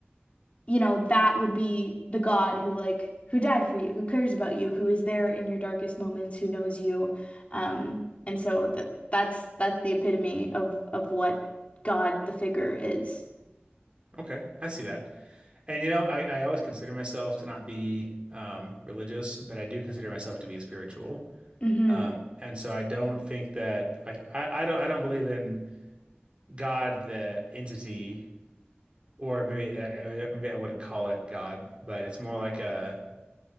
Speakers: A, on the left; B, on the right.
A: you know, that would be the God who like who died for you, who cares about you, who is there in your darkest moments, who knows you. Um, and so that that's that's the epitome of of what God the figure is.
B: Okay, I see that. And you know, I I always consider myself to not be um, religious, but I do consider myself to be spiritual.
A: hmm
B: Um, and so I don't think that like I I don't I don't believe in God the entity, or maybe I, I- maybe I wouldn't call it God, but it's more like a